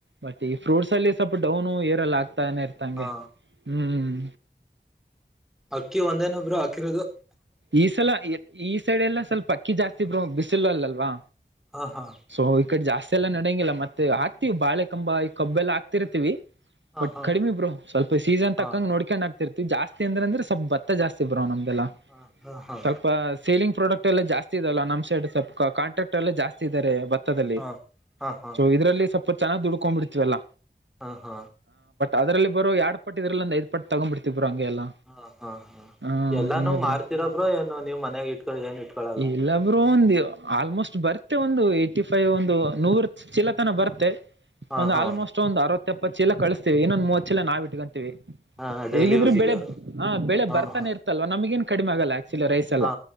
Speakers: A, on the right (about 85°); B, in the centre.
A: ಬಟ್ ಈ. ಫ್ರೂಟ್ಸ್ ಅಲ್ಲಿ ಸ್ವಲ್ಪ ಡೌನು ಏರೆಲ್ಲ ಆಗ್ತಾನೆ ಇರತ್ತ ಹಂಗೆ
B: ಹಾ
A: ಹ್ಮ್ ಹ್ಮ್.
B: ಅಕ್ಕಿ ಒಂದೇನೊ ಬ್ರೋ ಹಕಿರೋದು.
A: ಈ ಸಲ ಈ ಸೈಡೆಲ್ಲಎಲ್ಲಾ ಸ್ವಲ್ಪ ಅಕ್ಕಿ ಜಾಸ್ತಿ ಬ್ರೋ ಬಿಸಿಲ ಅಲ್ಲ ಅಲ್ವಾ.
B: ಹಾ ಹಾ
A: ಸ ಈ ಕಡಿ ಜಾಸ್ತ ಇಸ ಎಲ್ಲಾ ನಡಂಗಿಲ್ಲ ಮತ್ತೆ ಹಾಕತಿವಿ ಬಾಳೆ ಕಂಬ ಈ ಕಬ್ಬ ಎಲ್ಲಾ ಹಾಕ್ತಿರ್ತಿವಿ.
B: ಹಾ
A: ಬಟ್
B: ಹಾ
A: ಕಡಿಮಿ ಬ್ರೋ ಸ್ವಲ್ಪ ಸೀಸನ್
B: ಹಾ
A: ತಕ್ಕಕಂಗ ನೋಡ್ಕೊಂಡ್ ಆಗ್ ಜಾಸ್ತಿ ಅಂದ್ರ ಅಂದ್ರೆ ಸ್ವಲ್ಪ ಭತ್ತ ಜಾಸ್ತಿ ಬ್ರೋ ನಮ್ದಲ್ಲ
B: ಹಾ ಹಾ
A: ಸ್ವಲ್ಪ ಸೇಲಿಂಗ್ ಪ್ರೂ ಪ್ರಾಡಕ್ಟ್ ಅಲ್ಲ ಜಾಸ್ತಿ ಇದಲ್ಲ ನಮ್ಮ್ ಸೈಡ್ಲ್ಪ ಕಾಂಟಾಕ್ಟ್ ಅಲ್ಲಲ್ಲಿ ಜಾಸ್ತಿ ಇದಾರೆ. <unintelligible> ದಲಿ
B: ಹಾ ಹಾ ಹಾ ಹಾ
A: ಇದ್ರಲ್ಲಿ ಸ್ವಲ್ಪ ಚೆನ್ನಾಗ್ ದುಡ್ಕೊಂಡ್ಬಿಡ್ತವಲ್ಲ.
B: ಹಾ ಹಾ.
A: ಅದಲ್ಲಿ ಬರೋ ಯಡ್ ಪಟ್ಟ ಇದ್ರಲ್ಲಿ ಒಂದ ಐದ ಪಟ್ಟ ತಗೊಂಡಬಿತವಿ. ಬ್ರೋ ಹಂಗೆ ಎಲ್ಲ
B: ಹಾ ಹಾ ಹಾ
A: ಹ್ಮ್
B: ಎಲ್ಲಾನು
A: ಹಂಗೆ
B: ಮಾರ್ತಿರೊಬ್ರು
A: ಬ್ರೋ.
B: ಏನು ನೀವ್ ಮನ್ಯಾಗ ಇಟ್ಕೊ ಏನ್ ಇಟ್ಕೊಳಲ್ಲ
A: ಇಲ್ಲ ಬ್ರೋ ಒಂದು ಆಲ್ಮೋಸ್ಟ್. ಬರುತ್ತೆ ಒಂದು ಏಟಿ ಫೈವ್ ಒಂದು ನೂರ ಚಿಲತನ ಬರುತ್ತೆ
B: ಹಾ
A: ಒಂದ
B: ಹಾ
A: ಆಲ್ಮೋಸ್ಟ್ ಒಂದ ಅರ ಹೇಪತ್ತ ಚೀಲ ಕಳಸ್ತೀವಿ ಇನ್ನೊಂದ ಮೂವತ್ತ ಚೀಲ ನಾವು ಇಟ್ಕೊಂತೀವಿ.
B: ಹಾ ಡೈಲಿ
A: ಹೇಗಿದ್ರು
B: ಯೂಸಿಗೆ
A: ಬೆಳೆ ಹ ಬೆಳೆ
B: ಹಾ
A: ಬರ್ತಾನೆ
B: ಹಾ
A: ಇರ್ತಲ್ವಾ ನಮಗೇನ್ ಕಡಿಮೆ ಆಗಲ್ಲ. ಚಲ ರೈಸ್ ಎಲ್ಲ
B: ಹಾ